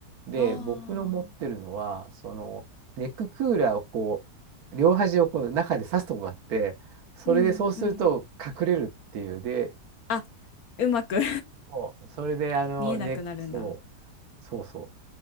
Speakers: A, on the right; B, on the left.
A: で、
B: ああ。
A: 僕の持ってるのは、その、ネッククーラーをこう、両端をこう中で刺すとこがあって、それでそうすると隠れるっていう。
B: うん、うん。
A: で、
B: あ、うまく
A: そうそれで、
B: <laughs>
A: あの、
B: 見えなくなるんだ。
A: ね、そう、そうそう。